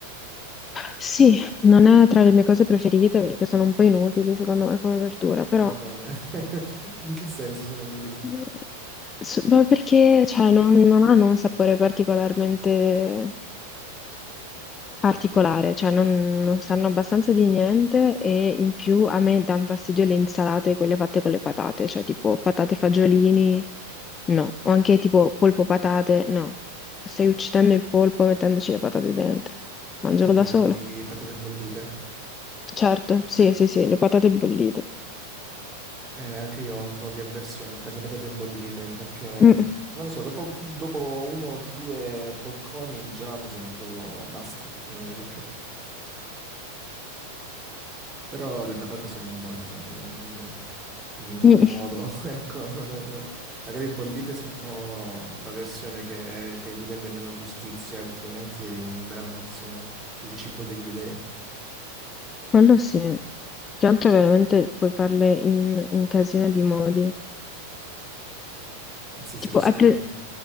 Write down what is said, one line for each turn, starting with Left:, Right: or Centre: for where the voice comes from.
Left: Sì, non è tra le mie cose preferite perché sono un po' inutili secondo me come verdura, però
Right: Ma come? <laughs> In che senso sono inutili?
Left: eh, s- ma perché cioè, non, non hanno un sapore particolarmente particolare, cioè non, non sanno abbastanza di niente e in più a me danno fastidio le insalate, quelle fatte con le patate, cioè tipo patate fagiolini, no, o anche tipo polpo patate, no, stai uccidendo il polpo mettendoci le patate dentro, mangialo
Right: Intendi
Left: da solo.
Right: patate bollite?
Left: Certo, sì, sì, sì, le patate bollite.
Right: Eh, anche io ho un po' di avversione per le patate bollite perché,
Left: Mm,
Right: non lo so, dopo, dopo uno o due bocconi già mi sento basta, non ne voglio più. Però le patate sono buone, sai, in ogni, in ogni
Left: mm,
Right: modo.
Left: mm,
Right: <laughs> Ecco, non è- non- magari bollite sono la versione che, che gli rende meno giustizia, altrimenti veramente sono il cibo degli dei.
Left: quello sì. Che altro veramente puoi farle in un casino di modi.
Right: Eh sì, si
Left: Tipo,
Right: possono...
Left: hai, pre-